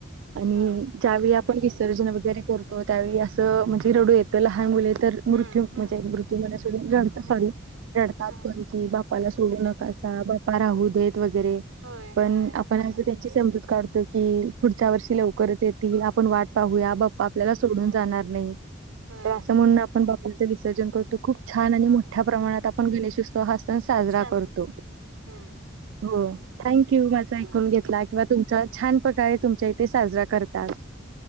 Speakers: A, on the right; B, on the right.
A: आणि
B: होय
A: ज्यावेळी आपण विस -- सर्जन वगैरे कर त्यावेळी असं म्हणजे रडू येतं लहान मुले -- तर मृत्यू
B: हम्म हम्म
A: म्हणजे मृत्यू मला सोडून रडतात
B: हम्म
A: सॉरी रडतात
B: हम्म
A: पण की बापाला
B: हम्म
A: सोडू नकास- - बा्पा राहू देत. वगैरे
B: होय
A: पण
B: होय
A: आपण असं ते -- समजूत काढतो की पुढच्या वर्षी लवकरच येतील आप -- पण वाट पाहूया.
B: होय
A: बाप्पा -- सोडून
B: होय
A: जाणार नाही
B: होय
A: अस म्हणून आपण बाप्पाच विसर्जन करतो खूप छान आणि
B: होय
A: मोठ्या प्रमाणात आपण गणेशोत्सव हा सण साजरा
B: साजरं
A: करतो.
B: करता हम्म
A: हो. थँक्यु माझं
B: होय
A: ऐकुन घेतला किवा तुमचा छान प्रकारे तुमच्या इथे साजरा करतात.